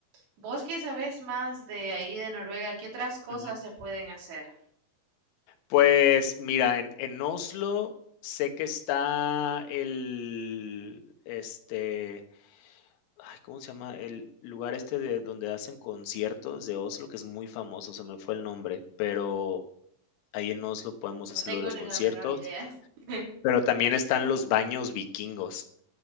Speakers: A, on the right; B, on the left.
A: vos que sabés más de ahí de Noruega, ¿qué otras cosas
B: Ujú.
A: se pueden hacer?
B: Pues mira, en, en Oslo sé que está el, este, ay, ¿cómo se llama? El lugar este de donde hacen conciertos de Oslo, que es muy famoso, se me fue el nombre, pero ahí en Oslo podemos hacer
A: No tengo
B: lo de los
A: ni
B: conciertos,
A: la menor idea. <laughs>
B: pero también están los baños vikingos,